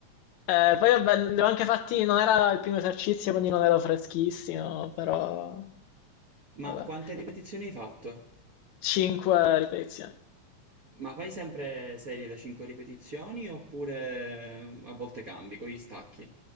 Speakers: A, on the left; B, on the right.
A: Eh, poi vabbè, li ho anche fatti, non era il primo esercizio, quindi non ero freschissimo, però...
B: Ma
A: Vabbè.
B: quante ripetizioni hai fatto?
A: 5 ripetizioni.
B: Ma fai sempre serie da 5 ripetizioni oppure eh, a volte cambi con gli stacchi?